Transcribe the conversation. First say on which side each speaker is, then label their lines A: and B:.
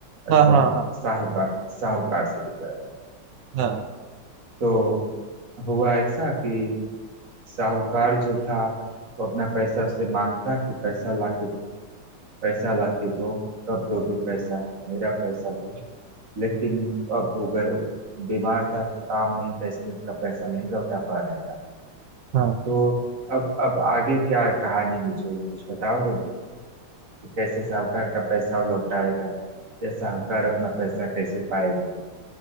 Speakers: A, on the right (about 40°); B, on the right (about 75°).
A: मतलब
B: हाँ हाँ हाँ
A: साहूकार साहूकार से लिया था
B: हाँ
A: तो हुआ ऐसा कि साहूकार जो था वो अपना पैसा उससे मांगता कि पैसा ला के दो पैसा ला के दो कब दोगे पैसा मेरा पैसा दो लेकिन अब हो गए वो बीमार था तो काम नहीं था इसलिए उसका पैसा नहीं लौटा पा रहा था
B: हाँ
A: तो अब अब आगे क्या कहानी में जो कुछ बताओगे कि कैसे साहूकार का पैसा वो लौटाएगा या साहूकार अपना पैसा कैसे पाएगा